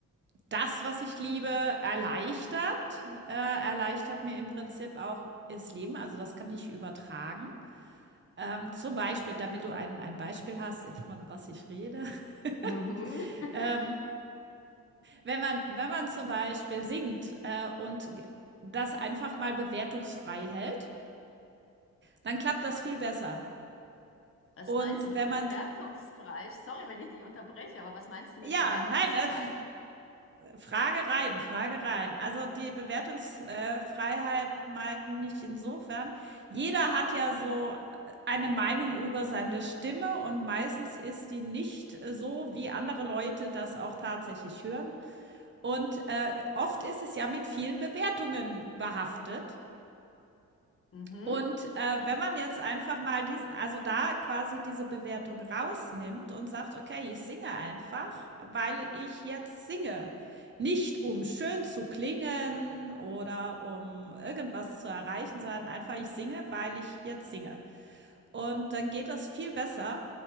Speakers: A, on the right; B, on the left.
A: das, was ich liebe, erleichtert äh, erleichtert mir im Prinzip auch das Leben. Also, das kann ich übertragen. Ähm, zum Beispiel, damit du ein ein Beispiel hast, <laughs> von was ich rede, <laughs>
B: Mhm. <laughs>
A: ähm Wenn man wenn man zum Beispiel singt, äh, und g das einfach mal bewertungsfrei hält, dann klappt das viel besser.
B: Was
A: Und
B: meinst du
A: wenn
B: mit
A: man
B: bewertungsfrei? Sorry, wenn ich dich unterbreche, aber was meinst du
A: ja,
B: mit bewertungsfrei?
A: nein, äh, F Frage rein, Frage rein. Also, die Bewertungsfreiheit meine ich insofern, jeder hat ja so eine Meinung über seine Stimme und meistens ist die nicht, äh, so, wie andere Leute das auch tatsächlich hören. Und, äh, oft ist es ja mit vielen Bewertungen behaftet.
B: Mhm.
A: Und, äh, wenn man jetzt einfach mal diese, also, da quasi diese Bewertung rausnimmt und sagt: „Okay, ich singe einfach, weil ich jetzt singe, nicht um schön zu klingen oder um irgendwas zu erreichen, sondern einfach ich singe, weil ich jetzt singe.“ Und dann geht das viel besser,